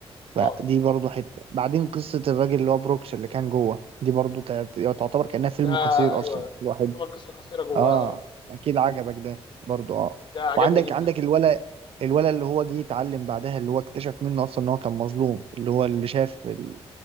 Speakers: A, on the right; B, on the left.
A: فدي
B: اه
A: برضه حتة بعدين قصة الراجل اللي هو بروكس اللي كان جوه دي برضه تع- تعتبر كأنها فيلم
B: ده
A: قصير
B: ايوه
A: أصلا الواحد
B: يعتبر قصه قصيره جواه
A: اه
B: اه
A: اكيد عجبك ده برضو اه
B: ده عجبني
A: وعندك
B: جدا
A: عندك الولا الولا اللي هو جه يتعلم بعدها اللي هو اكتشف منه اصلا ان هو كان مظلوم اللي هو اللي شاف ال...